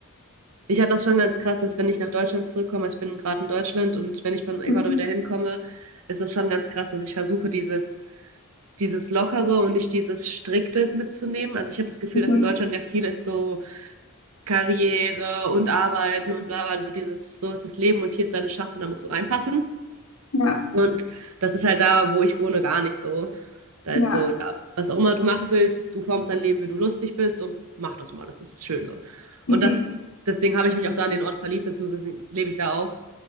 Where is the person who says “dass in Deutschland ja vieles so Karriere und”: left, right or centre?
Right